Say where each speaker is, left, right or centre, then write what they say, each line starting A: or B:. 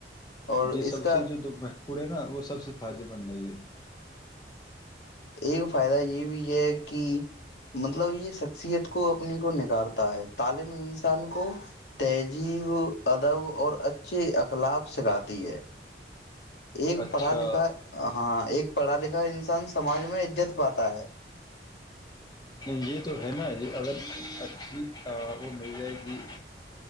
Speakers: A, on the left; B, on the left.
A: اور
B: جسم
A: اس کا
B: سے جو دکھ میں پورے نا وہ سب سے بنتا ہے یہ
A: ھ فائدہ یہ بھی یہ ہے کہ مطلب یہ شخصیت کو اپنے کو نگارتا ہے طالب انسان کو تہجی ادب اور اچھی اخلاق سکھاتی ہے ایک
B: اچھا
A: پڑھا لکھا ہے ہاں ایک پڑھا لکھا انسان سماج میں ءذذت پاتا ہے
B: جی تو ہے نا جی اچھا وہ مل جائے گی